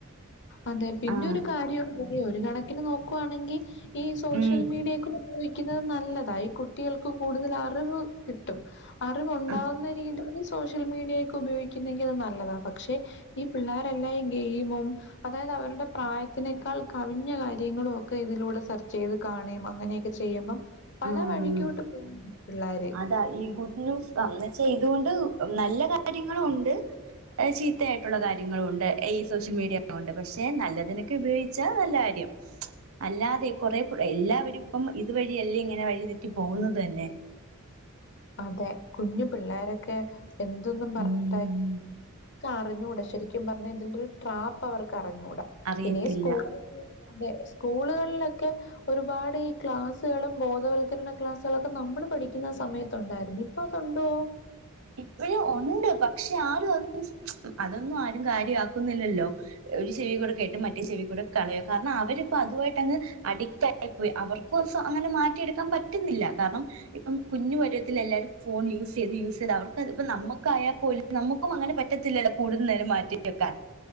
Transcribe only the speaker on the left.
അതെ പിന്നെ
ഒരു കാര്യം കൂടി ഒരു കണക്കിന് നോക്കുവാണെങ്കിൽ ഈ സോഷ്യൽ
മീഡിയയൊക്കെ. ഉപയോഗിക്കുന്നത് നല്ലതാ ഈ കുട്ടികൾക്ക് കൂടുതൽ അറിവ് കിട്ടും. അറിവുണ്ടാവുന്ന
രീതിൽ സോഷ്യൽ മീഡിയയൊക്കെ ഉപയോഗിക്കുന്നെങ്കിൽ അത് നല്ലതാ. പക്ഷെ ഈ പിള്ളോരല്ലാം ഈ ഗെയിമും. അതായത് അവരുടെ പ്രായത്തിനേക്കാൾ കവിഞ്ഞ കാര്യങ്ങളും ഒക്കെ ഇതിലൂടെ സെർച്ച് ചെയ്ത് കാണുകയും അങ്ങനെയൊക്കെ ചെയ്യുമ്പം, പല
വഴിക്കോട്ട് പോകുന്നു പിള്ളാര്.
അതെ കുഞ്ഞു പിള്ളോരൊക്കെ എന്തൊന്നും പറഞ്ഞ്.
അറിഞ്ഞൂട ശരിക്കും പറഞ്ഞാൽ ഇതിന്റൊരു ട്രാപ്പ് അവർക്ക് അറിഞ്ഞൂടാ
പിന്നെ ഈ സ്കൂള അതെ സ്കൂളുകളിലൊക്കെ ഒരുപാട് ഈ ക്ലാസ്സുകളും ബോധവൽക്കരണ ക്ലാസ്സുകളൊക്കെ നമ്മൾ പഠിക്കുന്ന സമയ ത്ത് ഉണ്ടായിരുന്നു ഇപ്പൊ അതുണ്ടോ?